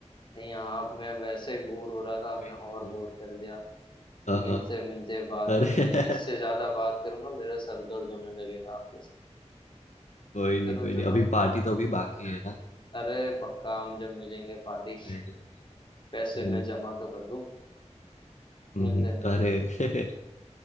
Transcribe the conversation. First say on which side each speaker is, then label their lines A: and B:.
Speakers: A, on the left; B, on the left.
A: नहीं आप मैं वैसे ही बोर हो रहा था आपने
B: नहीं
A: और
B: चलो
A: बोर कर दिया
B: हाँ
A: मिलते
B: हाँ
A: मिलते बाद
B: अरे
A: में मैं इससे ज्यादा बात करूंगा मेरा सर दर्द होने लगेगा आपके साथ
B: <laughs> कोई नहीं
A: चलो
B: कोई
A: चलो
B: नहीं अभी पार्टी
A: कोई
B: तो
A: नहीं।
B: अभी बाकी है ना
A: अरे पक्का हम जब मिलेंगे पार्टी
B: अरे
A: <laughs> पैसे
B: हम्म,
A: मैं जमा तो कर लूं
B: हम्म,
A: मिलते
B: हम्म।
A: मिलते
B: अरे <laughs>